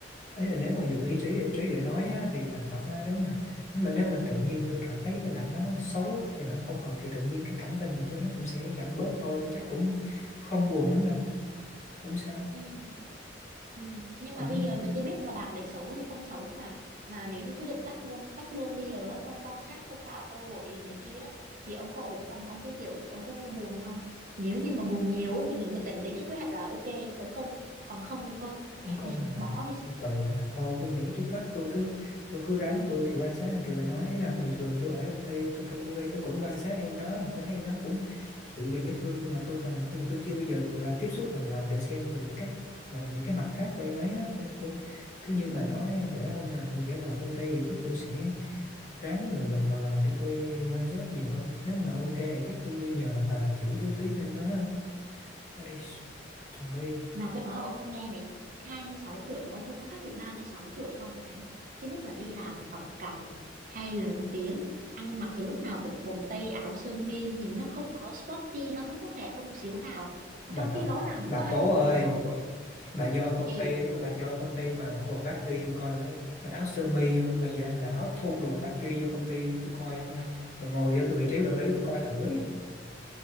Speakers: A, on the left; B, on the right.
A: ý là nếu mà dùng lý trí để trí để nói á, thì thành thật á, nếu mà nếu mà nếu mà tự nhiên tôi cảm thấy cái bạn đó xấu thì bạn không hợp thì tự nhiên cái cảm tình của tôi nó cũng sẽ giảm bớt thôi nên chắc cũng không buồn lắm đâu không sao
B: ừ ừ nhưng
A: cũng
B: mà bây giờ mình chưa biết là bạc để xấu hay không xấu mà mà nếu như quyết định cắt luôn cắt luôn bây giờ á, không quan sát không tạo cơ hội này kia á, thì ông có ổn không ông có chịu ông có buồn không nếu như mà buồn nhiều á, thì mình mới tính đến cái kế hoạch là ok tấn công còn không thì thôi
A: tấn
B: dẹp
A: công
B: đi
A: gì mà
B: bỏ đi
A: từ từ mà thôi tôi nghĩ trước mắt tôi cứ tôi cứ ráng tôi thì quan sát theo kiểu bà nói ý là bình thường tôi ở trong tay tôi trong công ty tôi cũng quan sát em nó thì tôi thấy em nó cũng dịu dàng dễ thương nhưng mà tôi còn nhưng mà tôi chưa bao giờ gọi là tiếp xúc gần gần để xem được các gọi là những cái mặt khác của em ấy á cho nên thôi cứ như
B: ừ
A: bà nói để hôm nào ra ngoài công ty thì chắc tôi sẽ ráng gần gần gần gần để tôi quan sát nhiều hơn nếu mà ok thì chắc tôi nhờ bà chỉ tôi tiếp em nó ha. Ê, trời ơi,
B: Mà tôi nói ông nghe này, 26 tuổi mà ông có khác bị 36 tuổi không hả? Thứ nhất là đi làm thì cọc cằn, hay lớn tiếng, ăn mặc thì lúc nào cũng quần tây áo sơ mi, nhìn nó không có sporty, nó không có trẻ trung một xíu nào.
A: bà
B: Mà Trong
A: bà
B: khi rõ ràng nó
A: bà
B: có 2,
A: cố
B: 26
A: ơi
B: tuổi.
A: bà do công
B: Vậy
A: ty bà do công ty mà mặc quần baggy tôi coi đấy mặc áo sơ mi mà gì đó, mặc áo thun đồ baggy vô công ty tôi coi coi mà ngồi ở cái vị trí quản lý tôi coi thử ấy.